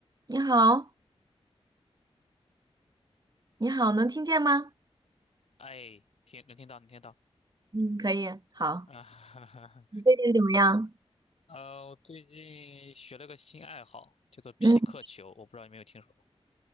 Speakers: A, on the right; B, on the left.
A: 你好，你好，能听见吗？
B: 哎，听能听到，能听到
A: 嗯，可以，好。
B: 啊，<laughs> 哈哈哈。
A: 你最近怎么样？
B: 呃，我最近学了个新爱好，叫做匹克球，
A: 嗯，
B: 我不知道你有没有听说过